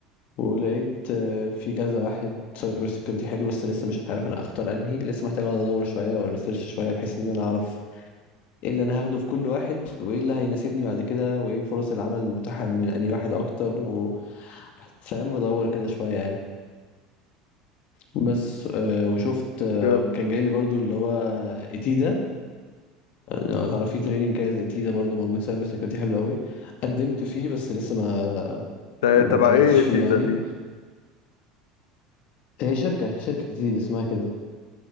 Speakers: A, on the left; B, on the left.
A: ولقيت آه، في كذا واحد سايبر سيكيورتي حلو بس لسه مش عارف أنا أختار أنهي لسه محتاج أقعد أدور شوية وريسيرش شوية بحيث إن أنا أعرف إيه اللي أنا هاخده في كل واحد وإيه اللي هيناسبني بعد كده وإيه فرص العمل المتاحة من أنهي واحد أكتر و... فاهم أدور كده شوية يعني بس آه، وشفت آه،
B: جامد.
A: كان جاي لي برضو اللي هو إيتيدا لو تعرف في تريننج كده زي تيدا برضو موجود سايبر سيكيورتي حلو قوي قدمت فيه بس لسه ما
B: ده
A: ما
B: تبع
A: اتقبلتش
B: ايه
A: فيه
B: تيتا
A: يعني
B: دي
A: هي شركة شركة تيدا اسمها كده